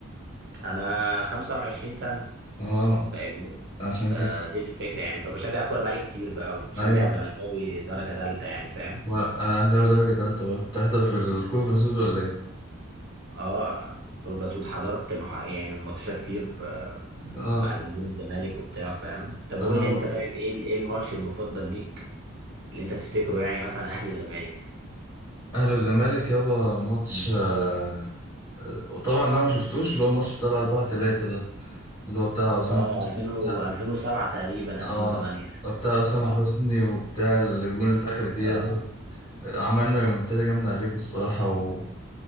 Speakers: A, on the right; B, on the left.
A: انا 25 سنة
B: اه
A: فاهمني
B: عشان
A: ب-
B: كده
A: دي الفكرة يعني فبشجع الكورة بقالي كتير بقى وبشجع
B: ايوه
A: زملكاوي درجة ثالثة يعني فاهم
B: ما انا اهلاوي درجه تالته بقى بتحضر في الكوفه سود ولا ايه
A: اه كورة بسود حضرت مح... يعني ماتشات كتير في
B: اه
A: مع جمهور الزمالك وبتاع فاهم طب
B: انا
A: قول لي انت طيب ايه ال- ايه الماتش المفضل ليك اللي انت تفتكره يعني مثلا اهلي وزمالك
B: اهلي وزمالك يابا ماتش
A: مم.
B: آه، وطبعا انا ما شفتوش اللي هو الماتش بتاع الأربعة تلاتة ده اللي هو بتاع أسامة
A: اه
B: حسني
A: 2000
B: بتاع
A: و 2007 تقريبا
B: اه
A: 2008
B: بتاع أسامة
A: صح؟
B: حسني وبتاع الجون اللي في آخر الدقيقة
A: اه
B: ده آه، عملنا ريمونتادا جامدة عليكم الصراحة و-